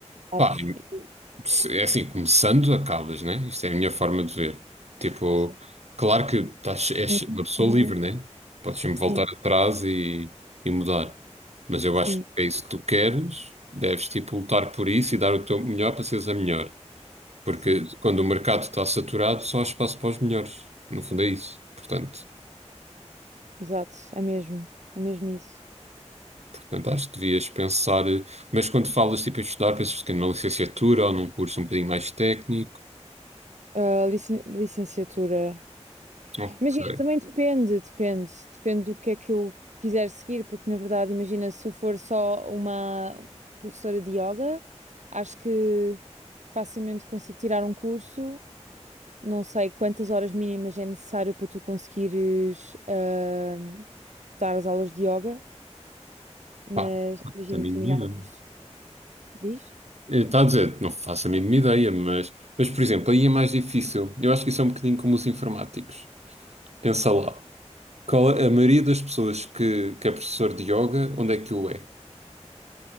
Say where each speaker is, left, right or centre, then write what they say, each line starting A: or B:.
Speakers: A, on the right; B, on the right.
A: Sabes?
B: Pá,
A: E-
B: se- é assim, começando, acabas, né? Isto é a minha forma de ver. Tipo,
A: Sim.
B: claro que estás, és
A: Uhum.
B: uma pessoa livre, né? Podes sempre
A: Sim,
B: voltar atrás e, e mudar. Mas eu
A: sim,
B: acho que é isso que tu queres, deves, tipo, lutar por isso e dar o teu melhor para seres a melhor. Porque
A: sim.
B: quando o mercado está saturado, só há espaço para os melhores. No fundo é isso. Portanto,
A: Exato, é mesmo, é mesmo isso.
B: portanto, acho que devias pensar. eh, Mas quando falas, tipo, em estudar, pensas que numa licenciatura ou num curso um bocadinho mais técnico.
A: Ah, licen- licenciatura.
B: Ok.
A: Imagina, também depende, depende, depende do que é que eu quiser seguir, porque na verdade, imagina, se eu for só uma professora de yoga, acho que facilmente consigo tirar um curso. Não sei quantas horas mínimas é necessário para tu conseguires ah, dar as aulas de yoga, mas
B: Pá,
A: imagina
B: isso a mim
A: terminar
B: não me engano.
A: um curso, diz?
B: Está a dizer, não faço a mínima ideia, mas, mas, por exemplo, aí é mais difícil. Eu acho que isso é um bocadinho como os informáticos. Pensa lá. Qual é- a maioria das pessoas que, que é professor de yoga, onde é que o é?